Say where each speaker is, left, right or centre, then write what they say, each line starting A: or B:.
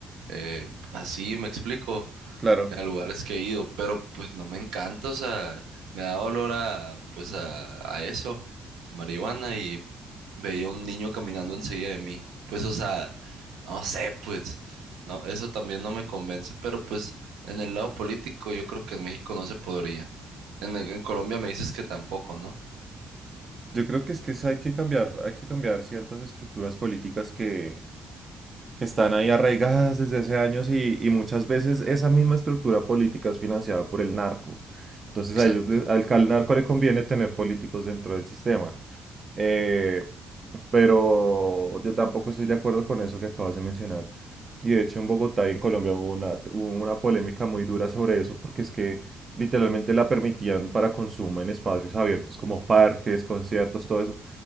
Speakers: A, on the right (about 85°); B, on the right (about 30°).
A: eh, así, me explico.
B: claro.
A: a lugares que he ido, pero pues no me encanta, o sea, me da dolor a, pues a, a eso, a marihuana, y veía un niño caminando enseguida de mí, pues o sea, no sé, pues, no, eso también no me convence, pero pues en el lado político yo creo que en México no se podría, en, en Colombia me dices que tampoco, ¿no?
B: Yo creo que es que es- hay que cambiar, hay que cambiar ciertas estructuras políticas que, que están ahí arraigadas desde hace años y, y muchas veces esa misma estructura política es financiada por el narco. Entonces
A: Exacto,
B: a ellos, les- al, al narco le conviene tener políticos dentro del sistema. Eh, pero yo tampoco estoy de acuerdo con eso que acabas de mencionar. Y de hecho en Bogotá y en Colombia hubo una, hubo una polémica muy dura sobre eso porque es que literalmente la permitían para consumo en espacios abiertos como parques, conciertos, todo eso.